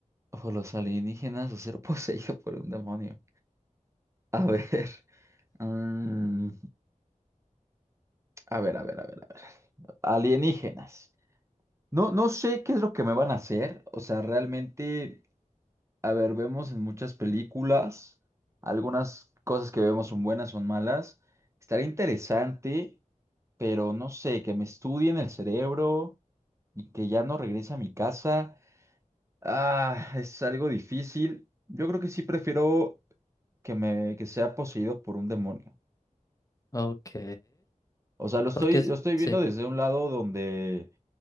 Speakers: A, on the right (about 20°); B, on the left (about 25°).
A: O los alienígenas o ser poseído por un demonio. A ver. mm, a ver, a ver, a ver, a ver. Alienígenas. No, no sé qué es lo que me van a hacer. O sea, realmente, a ver, vemos en muchas películas, algunas cosas que vemos son buenas, son malas. Estaría interesante, pero no sé, que me estudien el cerebro y que ya no regrese a mi casa. Ah, es algo difícil. Yo creo que sí prefiero. que me que sea poseído por un demonio.
B: Ok,
A: O sea, lo estoy
B: porque es-
A: lo estoy
B: sí,
A: viendo desde un lado donde